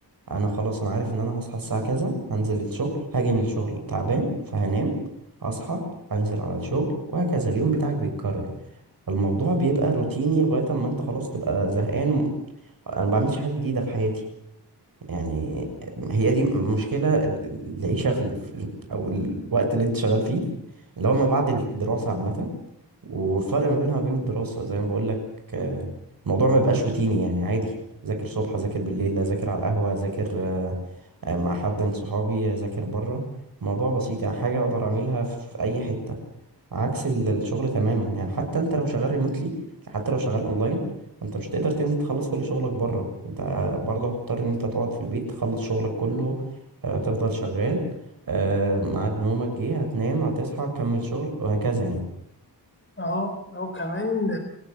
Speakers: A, on the right; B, on the left.
A: انا خلاص انا عارف ان انا هصحى الساعه كذا هنزل الشغل هاجي من الشغل تعبان فهنام هصحى انزل على الشغل وهكذا اليوم بتاعك بيتكرر الموضوع بيبقى روتيني لغايه اما انت خلاص تبقى زهقان وم- انا ما بعملش حاجه جديده في حياتي يعني هي دي مشكله ال- العيشه في ال- في ال- او الوقت اللي انت شغال فيه اللي هو ما مم. بعد الدراسه عامه والفرق ما بينها وبين الدراسة زي ما بقول لك آه، الموضوع ما بيبقاش روتيني يعني عادي ذاكر صبح ذاكر بالليل اذاكر على القهوة اذاكر آه، آه، مع حد من صحابي اذاكر بره الموضوع بسيط يعني حاجة اقدر اعملها في اي حتة عكس ال- الشغل تماما يعني حتى انت لو شغال ريموتلي حتى لو شغال اونلاين انت مش تقدر تنزل تخلص كل شغلك بره انت برضه هتضطر ان انت تقعد في البيت تخلص شغلك كله آه، تفضل شغال آه، ميعاد نومك جه هتنام هتصحى تكمل شغل وهكذا يعني
B: اهو اهو كمان